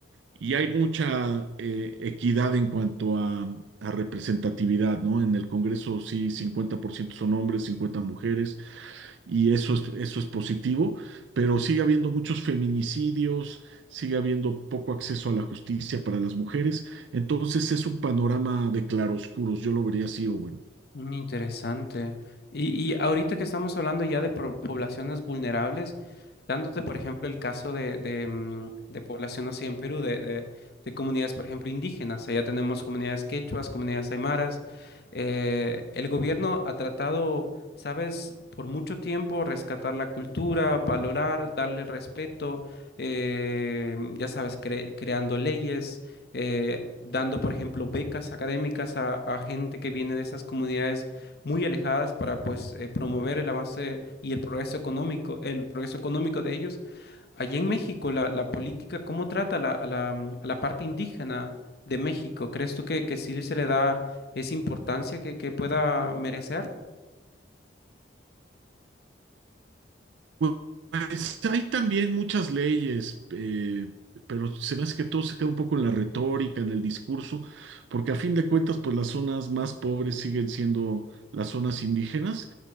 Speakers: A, on the right; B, on the left.
A: Y hay mucha eh, equidad en cuanto a, a representatividad, ¿no? En el Congreso sí, 50% son hombres, 50 mujeres, y eso es, eso es positivo, pero sigue habiendo muchos feminicidios, sigue habiendo poco acceso a la justicia para las mujeres, entonces es un panorama de claroscuros, yo lo vería así, Owen.
B: Mm, Interesante. Y, y ahorita que estamos hablando ya de pro- poblaciones vulnerables, dándote, por ejemplo, el caso de, de, mm, de población así en Perú, de, de- de comunidades, por ejemplo, indígenas. Allá tenemos comunidades quechuas, comunidades aymaras. Eh, el gobierno ha tratado, sabes, por mucho tiempo rescatar la cultura, valorar, darle respeto, eh, ya sabes, cre- creando leyes eh, dando, por ejemplo, becas académicas a, a gente que viene de esas comunidades muy alejadas para pues eh, promover el avance y el progreso económico, el progreso económico de ellos. Allá en México, la, la política, ¿cómo trata la, a la, mm, a la parte indígena de México? ¿Crees tú que, que sí se le da esa importancia que, que pueda merecer?
A: Sí. Pues hay también muchas leyes, eh, pero se me hace que todo se queda un poco en la retórica, en el discurso, porque a fin de cuentas, pues las zonas más pobres siguen siendo las zonas indígenas.